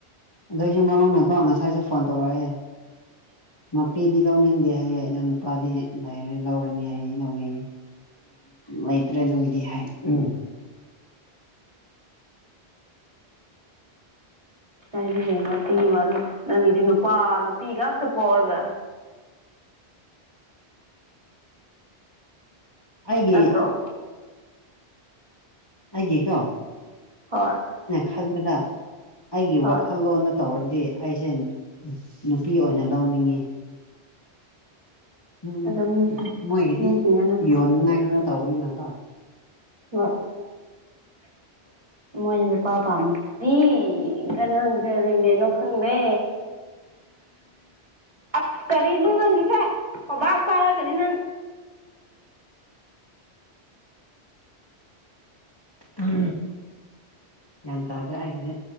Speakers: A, on the left (about 20°); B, on the right (about 30°).
A: ꯑꯗꯣꯁꯨ ꯃꯅꯨꯡꯗꯅꯀꯣ ꯉꯁꯥꯏꯁꯦ ꯐꯣꯟ ꯇꯧꯔꯛꯑꯦ ꯅꯨꯄꯤꯗꯤ ꯂꯧꯅꯤꯡꯗꯦ ꯍꯥꯏꯌꯦ ꯑꯗ ꯅꯨꯄꯥꯗꯤ ꯂꯧꯔꯅꯤ ꯍꯥꯏꯌꯦ ꯂꯧꯒꯩꯌꯦ ꯃꯩꯇ꯭ꯔ ꯑꯗꯨꯗꯤ ꯍꯥꯏ ꯎꯝ
B: ꯍꯥꯏꯔꯤ ꯀ ꯉꯄꯤꯤ ꯅꯪꯒꯤꯗꯤ ꯅꯨꯄꯥ ꯅꯨꯄꯤ ꯉꯥꯛꯇ ꯄꯥꯎꯔꯒ
A: ꯑꯩꯒꯤꯦ
B: ꯅꯠꯇ꯭ꯔꯣ
A: ꯑꯦ ꯀꯣ <inaudible>
B: ꯍꯣꯏ
A: ꯈꯟꯕꯗ ꯑꯩꯒꯤ
B: ꯍꯣꯏ
A: ꯋꯥꯈꯜꯂꯣꯟꯗ ꯇꯧꯔꯗꯤ ꯑꯩꯁꯦ ꯅꯨꯄꯤ ꯑꯣꯏꯅ ꯂꯧꯅꯤꯡꯏꯤ ꯎꯝ
B: ꯑꯗꯣ ꯃꯤꯁꯤ
A: ꯃꯣꯏꯒꯗꯤ
B: ꯃꯤꯁꯤꯡꯅ ꯅꯨꯄꯥ
A: ꯌꯟꯅꯥ ꯈꯅ ꯇꯕꯅꯤ ꯅ ꯀ
B: ꯍꯣꯏ <inaudible> ꯃꯣꯏꯅ ꯅꯨꯄꯥ ꯄꯥꯝꯃꯤ ꯁꯤ ꯀꯅꯥ ꯀꯔꯤꯦꯡꯒꯦꯅꯣ ꯈꯪꯗꯦ ꯑ ꯀꯔꯤꯅꯣ ꯅꯪꯒꯤꯁ ꯍꯣꯕꯥꯛ ꯄꯒꯅꯤ ꯅꯪ
A: ꯎ ꯒ꯭ꯌꯥꯟ ꯇꯥꯗ꯭ꯔꯦ ꯑꯩꯁꯦ